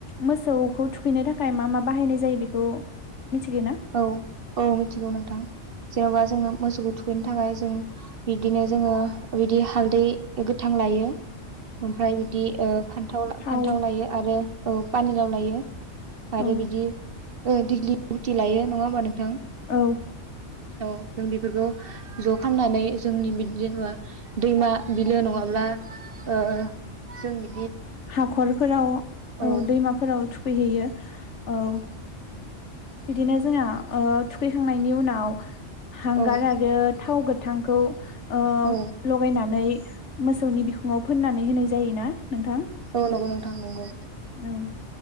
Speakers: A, on the left; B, on the right.
A: मोसौखौ थुखैनो थाखाय मा मा बाहायनाय जायो बेखौ मिथिगौ ना?
B: औ औ औ मिथिगौ नोंथां। जेन'बा जोङो मोसौखौ थुखैनो थाखाय जों बिब्दिनो जोङो बिदि हालदै गोथां लायो। ओमफ्राय बिदि फान्थाव
A: थाव
B: फान्थाव लायो आरो। औ पानिलाव लायो। आरो
A: औ
B: बिदि ओं दिगलि गुटि लायो नङा होमबा नों थां
A: औ
B: औ जों बेफोरखौ ज' खालामनानै जोंनि बि जेनेबा दैमा बिलो नङाब्ला ओ जोंनि
A: हाखरफोराव
B: औ
A: दैमाफोराव थुखैहैयो। औ बिदिनो जोंना थुखैखांनायनि उनाव हांगार
B: औ
A: आरो थाव गो थांखौ ओ
B: औ
A: लगायनानै मोसौनि बिखुङाव फोननानै होनाय जायोना नोंथां?
B: औ नंगौ नोंथां नंगौ।
A: औ